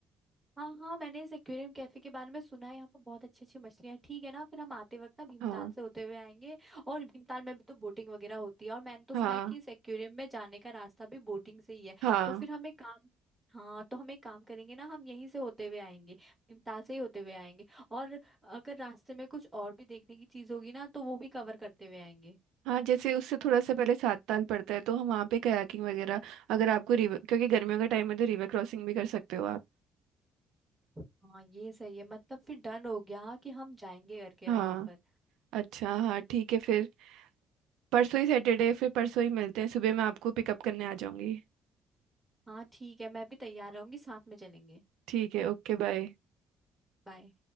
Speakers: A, in the centre; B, on the right.
A: हाँ हाँ मैंने इस एक्वेरियम कैफे के बारे में सुना है यहाँ पर बहुत अच्छी अच्छी मछलियाँ हैं। ठीक है ना फिर हम आते वक्त ना भीमताल
B: हाँ
A: से होते हुए आएंगे और भीमताल में भी तो बोटिंग वगैरह होती है और मैंने तो
B: हाँ
A: सुना है कि इस एक्वेरियम में जाने का रास्ता भी बोटिंग से ही है
B: हाँ
A: तो फिर हमें काम हाँ तो हम एक काम करेंगे ना हम यहीं से होते हुए आएंगे भीमताल से ही होते हुए आएंगे और अगर रास्ते में कुछ और भी देखने की चीज होगी ना तो वो भी कवर करते हुए आएंगे
B: हाँ जैसे उससे थोड़ा सा पहले सात ताल पड़ता है तो हम वहाँ पे कयाकिंग वगैरह अगर आपको रिवर क्योंकि गर्मियों का टाइम है तो रिवर क्रॉसिंग भी कर सकते हो आप
A: हाँ ये सही है मतलब फिर डन हो गया कि हम जाएंगे करके
B: हाँ
A: वहां पर
B: अच्छा हाँ ठीक है फिर परसों ही सैटरडे फिर परसों ही मिलते हैं सुबह मैं आपको पिकअप करने आ जाऊंगी
A: हाँ ठीक है मैं भी तैयार रहूंगी साथ में चलेंगे
B: ठीक है ओके बाय
A: बाय